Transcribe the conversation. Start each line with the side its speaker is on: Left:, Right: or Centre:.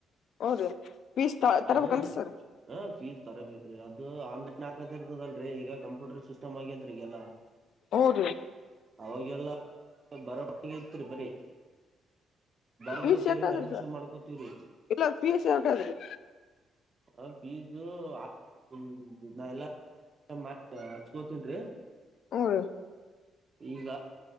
Left: <unintelligible>
Right: <unintelligible>
Left: ತರ್ಬೇಕನ್ರಿ ಸರ್
Right: ಫೀಸ್ ತರ ಬೇಕರಿ ಅದು ಆನ್ಲೈನ್ ಹಾಕದ ಇರ್ತದಲ್ರೀ ಈಗ ಕಂಪ್ಯೂಟರ್ ಸಿಸ್ಟಮ್ ಆಗ್ಯದ್ರ ಈಗೆಲ್ಲಾ.
Left: ಹೌದು
Right: ಅವಾಗೆಲ್ಲ ಬರವಣಿಗೆ ಇತ್ರಿ ಬರೀ ಬರದ
Left: ಫೀಸ್
Right: ಕೇರಿಂದ
Left: ಎಟ್ ಅದು
Right: ಅಡ್ಮಿಷನ್
Left: ರೀ ಸರ್
Right: ಮಾಡ್ಕೋತೀವ್ರಿ
Left: ಇಲ್ಲ ಫೀಸ್ ಎಟದ್ರಿ.
Right: ಕಾಫಿ ಇದು ಆದ್ರೆ ಎಲ್ಲ <inaudible> ಎ <inaudible> ಮಾಡ ಹಚ್ಕೋತಿನ್ರಿ
Left: ಹ್ಮ
Right: ಈಗ